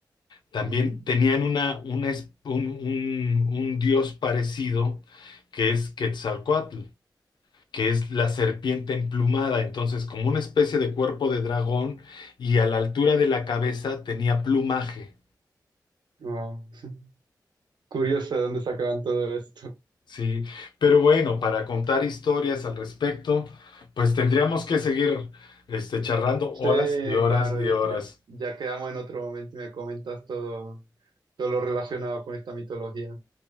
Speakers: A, on the left; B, on the right.
A: también
B: ujú.
A: tenían una, una es- un, un un dios parecido que es Quetzalcóatl que es la serpiente emplumada, entonces como una especie de cuerpo de dragón y a la altura de la cabeza tenía plumaje,
B: Wow. <laughs> Curioso de dónde sacaban todo esto.
A: ¿sí? Pero bueno, para contar historias al respecto, pues tendríamos que seguir este, charlando
B: Sí,
A: horas y horas
B: claro,
A: y
B: ya,
A: horas.
B: ya, ya quedamos en otro momento y me comentas todo, todo lo relacionado con esta mitología.